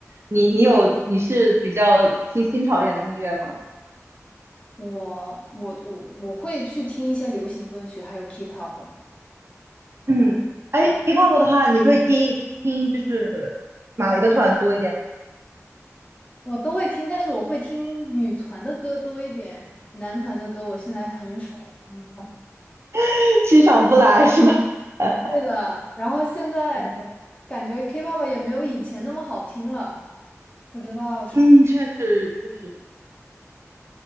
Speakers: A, on the right (about 55°); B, on the left (about 20°).
A: 你你有你是比较听新潮一点的音乐吗？
B: 我我我我会去听一些流行歌曲，还有 K-pop。哦，
A: 嗯，哎，K-pop
B: 对，
A: 的话，你会听听就是哪一个团多一点？
B: 我都会听，但是我会听女团的歌多一点，男团的歌我现在很少听。
A: <laughs> 欣赏不来是吧？<laughs>
B: 对的，然后现在感觉
A: 对
B: K-pop 也没有以前那么好听了，不知道是出。
A: 嗯，确实，确实。